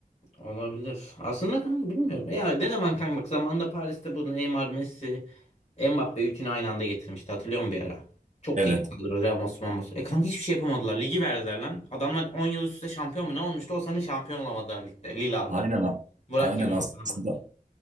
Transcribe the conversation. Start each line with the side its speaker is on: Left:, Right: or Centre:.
Left: Olabilir. Aslında kanka bilmiyorum. Ya ne zaman kanka bak zamanında Paris'te bu Neymar, Messi, Mbappe üçünü aynı anda getirmişti. Hatırlıyor musun bir ara? Çok
Right: Evet.
Left: iyiydi kadro. Ramos, Ramos. E kanka hiçbir şey yapamadılar. Ligi verdiler lan. Adamlar 10 yıl üst üste şampiyon mu ne olmuştu? O sene şampiyon olamadılar ligde. Lille aldı.
Right: Aynen. a-
Left: Burak
Right: Aynen
Left: Yılmaz
Right: aslında.
Left: aldı.